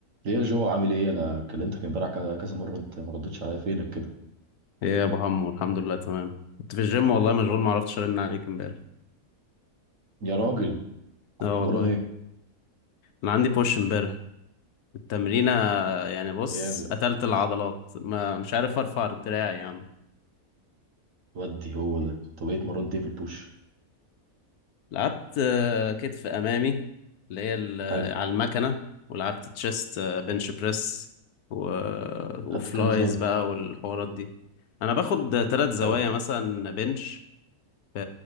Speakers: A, on the right; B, on the left.
A: ليه يا جو عامل ايه انا كلمتك امبارح كذا كذا مره انت ما ردتش عليا فينك كده
B: ايه يا ابو حمو الحمد لله تمام كنت في الجيم والله مشغول ما عرفتش ارن عليك امبارح
A: يا راجل كنت
B: اه والله
A: مرن ايه
B: انا عندي بوش امبارح التمرينه يعني بص
A: جامد
B: قتلت العضلات ما مش عارف ارفع الدراع يا عم
A: ودي هو ده طب ايه اتمرنت ايه في البوش
B: لعبت آه، كتف امامي اللي هي ال- آه،
A: حلو
B: على المكنه ولعبت تشيست آه، بنش بريس و... وفلايز
A: خدت كام زاويه
B: بقى والحوارات دي انا باخد ثلاث زوايا
A: حلو
B: مثلا بنش في